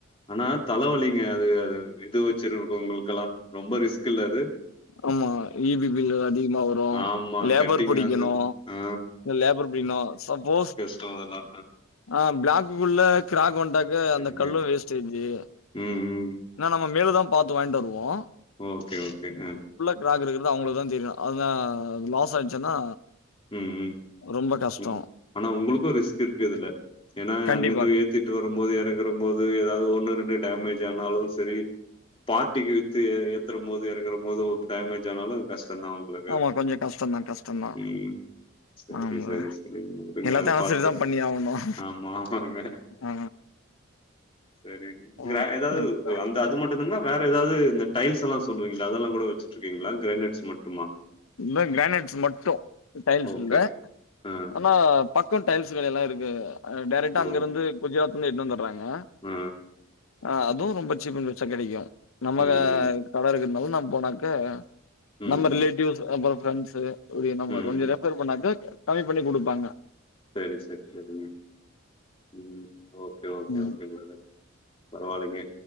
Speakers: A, on the left; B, on the left.
A: ஆனா தலவலிங்க அது அது இது வெச்சிருக்கவங்களுக்கெல்லா ரொம்ப ரிஸ்க் இல்ல இது
B: ஆமா ஈ பி பில் அதிகமா வரு
A: ஆமா.
B: லேபர்
A: கட்டிங்
B: புடிக்கணு
A: வந்து ஆ
B: லேபர் புடிக்ணு சப்போஸ்
A: சோ அதனால
B: ஆ பிளாக் குள்ள கிராக் வன்ட்டாக்க
A: சரிங்க.
B: அந்த கல்லு வேஸ்ட்டேஜு
A: ம் ம்
B: ஏன்னா நம்ம மேலுதா பாத்து வாங்கிட்டு வருவோ
A: ஓகே ஓகேங்க
B: க்ராக் இருக்கறது அவங்களுக்குதா தெரியு அதா லாஸ் ஆச்சுன்னா
A: ம், ம்,
B: ரொம்ப கஷ்ட
A: ம். ஆனா உங்களுக்கு ரிஸ்க் இருக்கு இதுல்ல ஏன்னா
B: கண்டிப்பா
A: அங்கிருந்து ஏத் திட்டு வரும்போது எறக்குறம் போது ஏதாவது ஒண்ணு ரெண்டு டேமேஜ் ஆனாலு சரி பார்ட்டிக்கு வித்து ஏ ஏத்தறம் போது எறக்கறம் போது டேமேஜ் ஆனாலு கஷ்டந்தா ஆகு உங்களுக்கு
B: ஆமா கொஞ்சம் கஷ்டம் தான் கஷ்டம் தான்
A: ம் செரி
B: ஆமா
A: செரி உடுங்க
B: எல்லாத்தையும்
A: அத
B: அனுசரிச்சு
A: பாத்த
B: தான் பண்ணி ஆகணும்
A: ஆமா ஆமாங்க
B: ஆ
A: சரி வேறெதாவுது
B: ஓகே ப்ரோ
A: இந்த அது மட்டுந்தான வேற ஏதாவது இந்த டைல்ஸ் எல்லா சொல்லுவிங்களே அதெல்லா கூட வெச்சிட்டு இருக்கிங்களா கிரேனேட்ஸ் மட்டுமா
B: இதுமா கிரானைட்ஸ் மட்டு டைல்ஸ்
A: ஓகே.
B: இல்ல
A: ஆ.
B: ஆனா பக்க டைல்ஸ் கடைலா இருக்கு டேரக்டா
A: ஓ!
B: அங்க இருந்து குஜராத்ல இருந்து எடுத்துட் வந்தர்றாங் க
A: ஆ.
B: ஆ அதுவு ரொம்ப சீப் அன் பெஸ்ட்டா கெடைக்கு நம்ம
A: ம், ம்.
B: கட இருக்கனாலா நம்ம போனாக்க
A: ம்.
B: நம்ம ரிலேட்டிவ்ஸ் அப்பற ஃப்ரெண்ட்ஸு ஒரு நம்ம
A: ம்.
B: கொஞ்ச ரெஃபர் பண்ணாக்க கமி பண்ணி குடுப்பாங்க
A: செரி செரி செரி ம் ஓகே ஓகே
B: ம்
A: ஓகே ப்ரதர் பரவாலைங்க